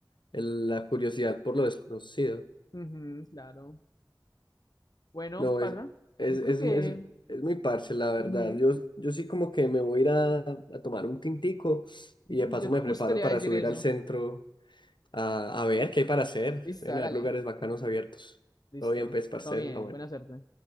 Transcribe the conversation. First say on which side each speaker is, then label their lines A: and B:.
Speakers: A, on the left; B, on the left.
A: El- la curiosidad por lo desconocido.
B: Ujú, claro. Bueno,
A: No,
B: parra,
A: es, es,
B: yo
A: es,
B: creo que...
A: es, es muy parche, la verdad.
B: ujú,
A: Yo, yo sí como que me voy a ir a, a tomar un tintico
B: <laughs> ujú,
A: y de paso
B: yo
A: me
B: justo
A: preparo
B: le iba
A: para
B: a decir
A: subir
B: eso.
A: al centro
B: <laughs>
A: a, a ver qué hay para hacer.
B: Listo,
A: Deben
B: hágale.
A: haber lugares bacanos abiertos.
B: Listo.
A: Todo bien, pues, parcero,
B: Todo bien,
A: la buena.
B: buena suerte.